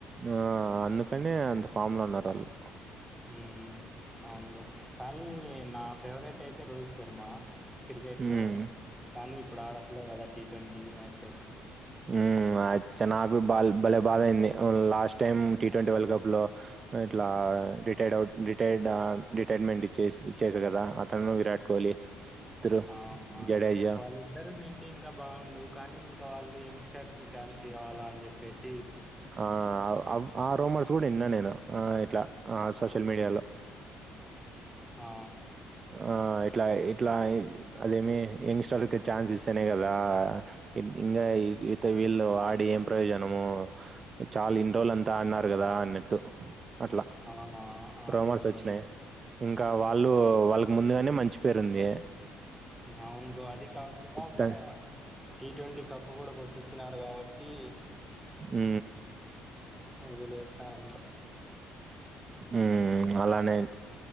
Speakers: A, on the right (about 40°); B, in the centre.
A: ఆ అందుకనే అంత ఫామ్ లో ఉన్నారు వాళ్ళు
B: హ్మ్ అవును కానీ నా ఫేవరెట్ అయితే రోహిత్ శర్మ క్రికెట్
A: మ్మ్
B: లో కానీ ఇప్పుడు ఆడట్లే కద టీ ట్వంటీ మ్యాచెస్
A: మ్మ్ అచ్చ నాకు బా భలే బాధ అయింది last time T twenty world cup లో ఇట్లా రిటైర్డ్ అవుట్ రిటైర్డ్ ఆ రిటైర్మెంట్ ఇచ్చేస్ ఇచ్చేసే కదా అతను విరాట్ కోహ్లీ ఇద్దరు.
B: ఆ అవును
A: జడేజా
B: బ్రో వాళ్ళిద్దరున్నింటే ఇంకా బాగుండు కానీ ఇంకా వాల్ అల్లూ యంగ్స్టర్స్ ఛాన్స్ ఇవ్వాలా అన్ జేప్పేసి
A: ఆ ఆ రూమర్స్ కూడా ఇన్నా నేను ఇట్లా ఆ సోషల్ మీడియాలో
B: ఆ
A: ఆ ఇట్లా ఇట్లా అదేమి యంగ్స్టర్ అయితే ఛాన్స్ ఇస్తేనే కదా ఇన్ ఇంగా ఈ యుత వ్ వీళ్లు ఆడి ఏం ప్రయోజనము చాలు ఇన్నిరోజులంతా ఆడినారు కదా అన్ని అట్లా
B: ఆ! అదే
A: రూమర్స్
B: బ్రో.
A: వచ్చినాయి ఇంకా వాళ్ళు
B: హ్మ్.
A: వాళ్ళకి ముందుగానే మంచి పేరు ఉంది
B: అవును బ్రో అది కాకుండా ఇంకా
A: ద
B: టీ ట్వంటీ డబ్బు కూడా కొట్టించినారు కాబట్టి
A: ఊ
B: ఎడుదిలేసన్నారు ఇంకా
A: ఊ అలానే